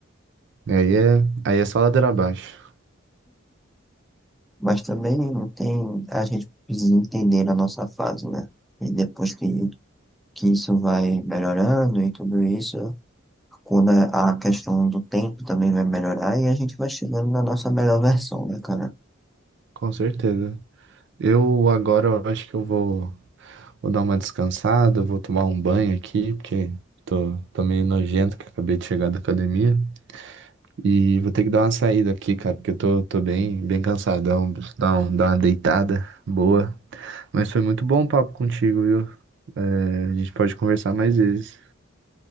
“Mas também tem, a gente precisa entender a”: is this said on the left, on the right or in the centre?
Centre